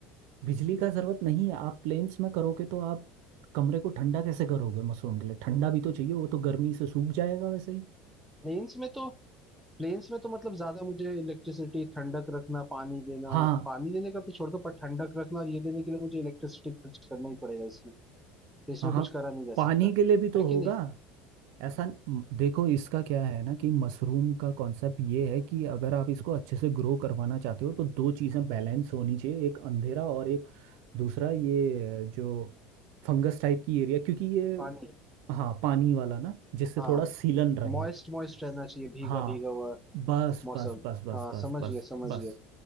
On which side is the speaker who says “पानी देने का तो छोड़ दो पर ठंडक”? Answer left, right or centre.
Centre